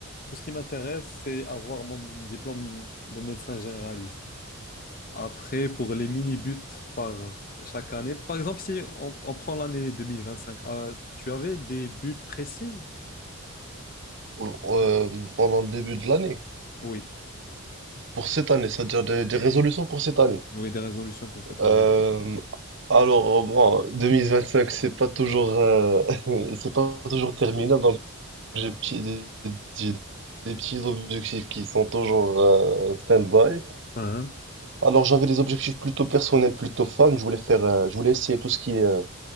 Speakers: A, on the left (about 40°); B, on the right (about 55°).
A: tout ce qui m'intéresse, c'est avoir mon diplôme de médecin généraliste. Après, pour les mini-buts par chaque année, par exemple, si on, on prend l'année 2025, euh, tu avais des buts précis?
B: Ou- euh, pendant le début de l'année,
A: Oui,
B: pour cette année, c'est-à-dire des, des résolutions pour cette année.
A: oui, des résolutions pour cette
B: Euh,
A: année. Oui.
B: alors, bon, 2025, c'est pas toujours, euh, <laughs> c'est pas toujours terminé, donc J'ai petit- des, j'ai des petits objectifs qui sont toujours euh, stand-by.
A: Hein?
B: Alors j'avais des objectifs plutôt personnels, plutôt fun. Je voulais faire, euh, je voulais essayer tout ce qui est, euh,